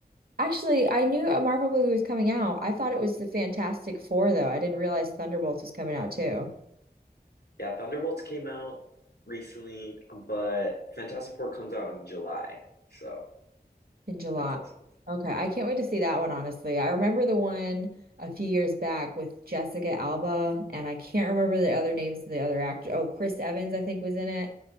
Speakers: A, on the right; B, on the left.
A: actually, I knew a Marvel movie was coming out. I thought it was the Fantastic Four, though. I didn't realize Thunderbolts was coming out too
B: Yeah, Thunderbolts came out recently, but Fantastic Four comes out in July. So
A: in July.
B: that's awesome.
A: Okay, I can't wait to see that one, honestly. I remember the one a few years back with Jessica Alba, and I can't remember the other names of the other actor. Oh, Chris Evans, I think, was in it.